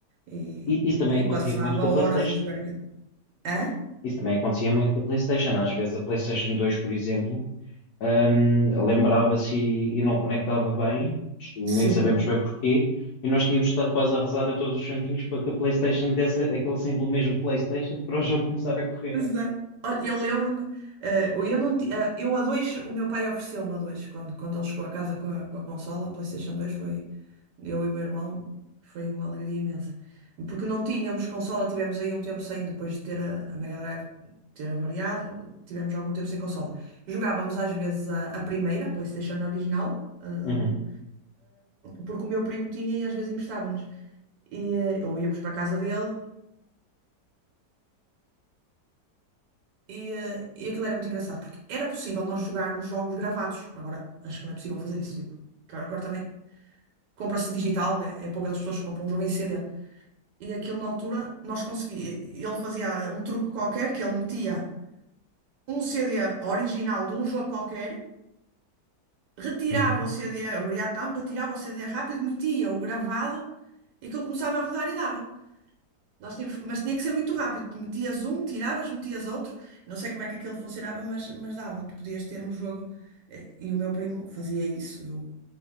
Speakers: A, on the right; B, on the left.
A: E,
B: I- Isso também
A: e
B: acontecia
A: passava
B: muito com a
A: horas
B: PlayStation.
A: a jogar aquilo. Hã?
B: Isso também acontecia muito com a PlayStation. Às vezes a PlayStation dois por exemplo, hum, lembrava-se e, e não conectava bem, nem
A: Sim.
B: sabemos bem porquê, e nós tínhamos de estar quase a rezar a todos os santinhos para que a PlayStation desse aquele símbolo mesmo PlayStation para o jogo começar a correr.
A: Exato. Olha, eu lembro-me, eh, eu não, ti- eh, eu a dois, o meu pai ofereceu-me a dois, quando, quando ele chegou a casa com a, com a consola, a PlayStation 2, foi, eu e o meu irmão, foi uma alegria imensa. Porque não tínhamos consola, tivemos aí um tempo sem, depois de ter a, a Mega Drive ter avariado, tivemos algum tempo sem consola. Jogávamos às vezes a, a primeira, a PlayStation original, a,
B: Uhum.
A: a 1, porque o meu primo tinha e às vezes emprestava-nos. E, eh, ou íamos para a casa dele, E, eh, e aquilo era muito engraçado, porque era possível nós jogarmos jogos gravados. Agora, acho que não é possível fazer isso. Tipo, agora agora também compra-se digital, é, é poucas as pessoas que compram um jogo em CD. E aquilo na altura nós conseguíamos. Ele fazia um truque qualquer que ele metia um CD original de um jogo qualquer, retirava
B: Uhum.
A: o CD, abria a tampa, tirava o CD rápido, metia o gravado e aquilo começava a rodar e dava. Nós tínhamos, mas tinha que ser muito rápido. Metias um, tiravas, metias outro. Não sei como é que aquilo funcionava, mas, mas dava. Tu podias ter um jogo. Eh, E o meu primo fazia isso. Eu,